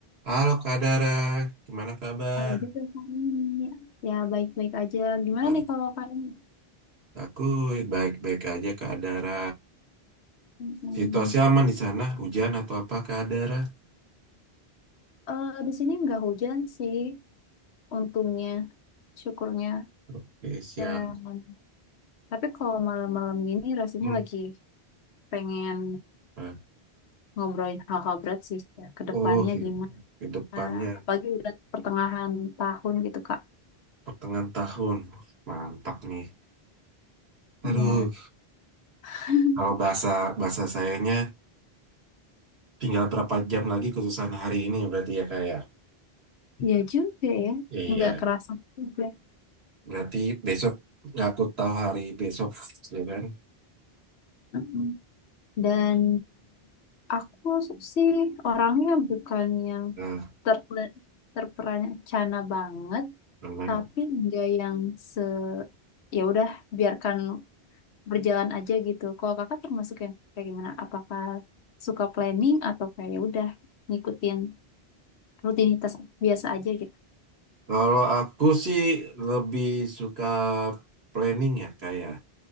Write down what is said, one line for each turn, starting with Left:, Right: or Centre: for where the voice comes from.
Right: Halo Kak Dara, gimana kabar?
Left: Oh, juga kak Karni. Ya, baik-baik aja. Gimana
Right: Baik,
Left: nih kalau Karni?
Right: Aku baik-baik aja Kak Dara.
Left: Hmm.
Right: Situasi aman di sana, hujan atau apa Kak Dara?
Left: Eh, di sini nggak hujan sih, untungnya, syukurnya.
Right: Oke, siap.
Left: Dan, tapi kalau malam-malam gini rasanya
Right: Hmm.
Left: lagi pengen
Right: Nah,
Left: ngobrolin hal-hal berat sih. Ya, ke depannya
Right: Oh,
Left: gimana.
Right: ke depannya
Left: Apalagi udah pertengahan tahun gitu, Kak.
Right: pertengahan tahun. Mantap nih. Aduh,
Left: Ya, <laughs>
Right: kalau bahasa bahasa sayanya tinggal berapa jam lagi kesusahan hari ini berarti ya Kak ya?
Left: ya juga ya.
Right: Iya,
Left: Nggak kerasa juga.
Right: berarti besok nggak aku tahu hari besok, ya kan?
Left: Mm-mm. Dan aku sih orangnya bukan yang
Right: Nah,
Left: terpre- terperencana banget
Right: benar.
Left: tapi nggak yang se ya udah biarkan berjalan aja gitu kalau kakak termasuk yang kayak gimana apakah suka planning atau kayak ya udah ngikutin rutinitas biasa aja gitu
Right: Kalau aku sih lebih suka planning ya kayak